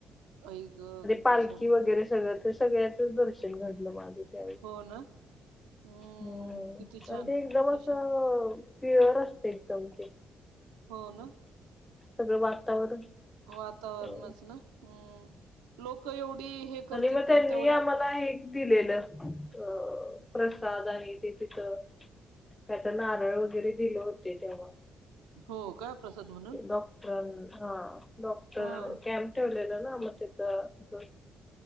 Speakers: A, on the right; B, on the left.
A: आई ग किती
B: पालखी
A: छान
B: वगैरे सगळ ते सगळ तिथेच दर्शन घडलं माझं ते.
A: हो ना? हम्म
B: हम्
A: किती
B: पण
A: छान
B: ते एकदम
A: किती
B: अस
A: छान
B: प्युअर असते एकदम ते.
A: हो ना?
B: सगळं वातावरण
A: वातावरणच
B: अं,
A: ना हम्म, लोकं एवढी हे करत्यात
B: आणि मग त्यांनी
A: पण तेवढ्या
B: आम्हाला हे दिलेलं अ प्रसाद आणि ते तिथं काय तर नारळ वगैरे दिलं होते तेव्हा
A: हो का? प्रसाद म्हणून
B: डॉक्टरां हां डॉक्टर
A: होय
B: <unintelligible> ठेवलेलं ना मग तिथं <unintelligible>